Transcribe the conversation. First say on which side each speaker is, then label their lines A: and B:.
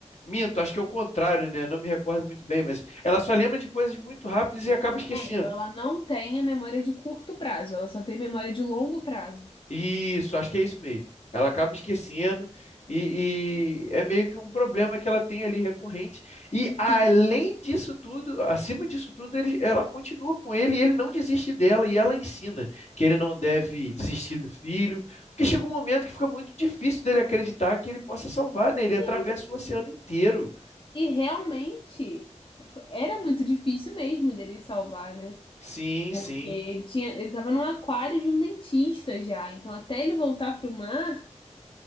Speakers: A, on the left; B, on the left.
A: Minto, acho que é o contrário, né? Não me recordo muito bem, mas ela só lembra de coisas muito rápidas e acaba esquecendo.
B: É, então ela não tem a memória de curto prazo, ela só tem memória de longo prazo.
A: Isso, acho que é isso mesmo. Ela acaba esquecendo e, e é meio que um problema que ela tem ali recorrente. E
B: Sim.
A: além disso tudo, acima disso tudo, ele- ela continua com ele e ele não desiste dela e ela ensina que ele não deve desistir do filho, porque chega um momento que fica muito difícil dele acreditar que ele possa salvar, né? Ele atravessa
B: Sim.
A: o oceano inteiro.
B: E realmente fo- era muito difícil mesmo dele salvar, né?
A: Sim,
B: Porque
A: sim.
B: ele tinha, ele tava num aquário de um dentista já, então até ele voltar pro mar